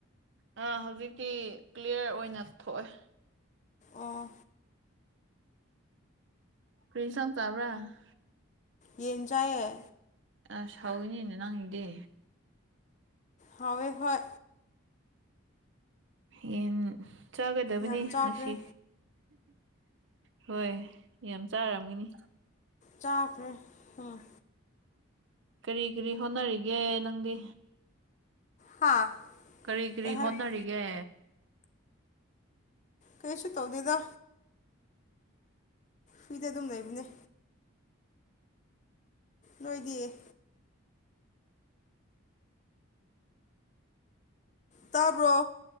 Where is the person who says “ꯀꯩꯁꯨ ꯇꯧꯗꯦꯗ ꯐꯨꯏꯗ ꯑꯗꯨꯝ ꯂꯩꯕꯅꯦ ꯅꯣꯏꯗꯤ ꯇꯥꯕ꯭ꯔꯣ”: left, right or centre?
Left